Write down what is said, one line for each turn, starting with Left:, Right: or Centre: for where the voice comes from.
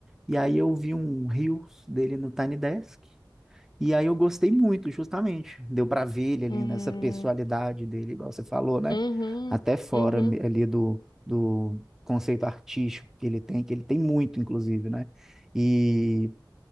Centre: e aí eu vi um Reels dele no Tiny Desk, e aí eu gostei muito, justamente. Deu pra ver ele ali
Left: hum,
Centre: nessa personalidade dele, igual você falou, né?
Left: uhum,
Centre: Até fora
Left: uhum,
Centre: me- ali do, do conceito artístico que ele tem, que ele tem muito, inclusive, né? E,